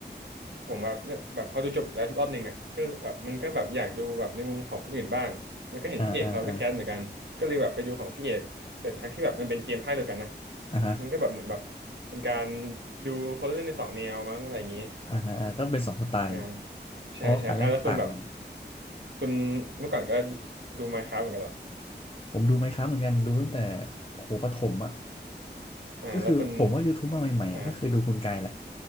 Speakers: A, on the right (about 80°); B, on the left (about 30°).
A: ผมแบบเนี่ยแบบพอดูจบแล้วรอบหนึ่งอ่ะก็แบบมันก็แบบอยากดูแบบในมุมของคนอื่นบ้างแล้วก็เห็นพี่เอกเขาก็แคสเหมือนกันก็เลยแบบไปดูของพี่เอกแต่ทั้งที่แบบมันเป็นเกมภาคเดียวกันนะ
B: อ่าอ่าอ่าอ่าฮะ
A: มันก็แบบเหมือนแบบเป็นการดูคนเล่นในสองแนวมั้งอะไรอย่างนี้
B: อ่าฮะอ่าก็เป็นสองสไตล์
A: อ่า
B: เพราะว่าการเล่นก็ต่างกัน
A: ใช่ใช่อ่ะแล้วคุณแบบ คุณเมื่อก่อนก็ดู Minecraft เหมือนกันเหรอ
B: ผมดูไมน์คราฟเหมือนกันดูตั้งแต่โอ้โหประถมอะ
A: อ่าแล้วคุณ
B: ก็คือผมว่า YouTube มาใหม่ๆอ่ะก็คือดูคุณกายแหละ
A: อ่า